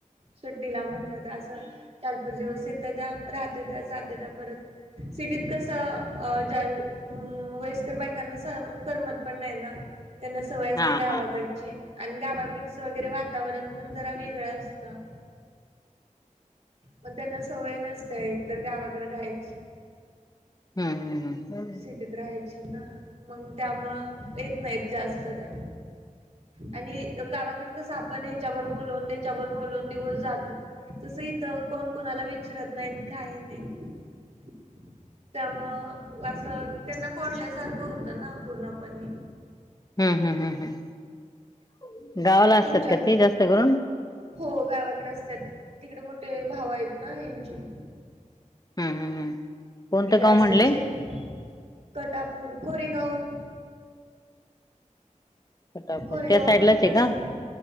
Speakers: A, on the right; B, on the left.
A: सुट्टीला म्हणल तर अस. चार-पाच दिवस येतं त्या, राहतं त्या, जातं त्या परत सिटीत कसं.. अं ज्या अं वयस्कर बायकांना करमत पण नाही ना? त्यांना सवय असतें
B: हा
A: गावाकडची
B: हा हा
A: आणि गावाकडचं वगैरे वातावरण पण जरा वेगळं असतं. पण त्यांना सवय नसते एकतर गावाकडे राहायची.
B: हम्म हम्म हम्म
A: सिटीत राहायची ना मग? त्यामुळे येत नाहीत जास्त त्या आणि गावाकड कसं आपण ह्याच्यावर बोलवून त्याच्यावर बोलून दिवस जातो. तसं इथं कोण कोणाला विचारत नाही काही नाही <inaudible> त्यामुळेअसं त्यांना कोडल्यासारखं होतं ना पूर्णपणे.
B: हम्म हम्म हम्म गावाला असतात
A: तुमच्या
B: का
A: घरी
B: ते जास्त करून.
A: हो गावाकडे असतात तिकडे मोठे भाव आहेत ना ह्यांचे.
B: हम्म हम्म हम्म कोणतं गाव
A: असतात
B: म्हणले?
A: शेट कटापूर कोरेगाव.
B: फटापूर
A: कोरेगाव
B: त्या साईडलाच
A: माहित
B: आहे
A: असेल?
B: का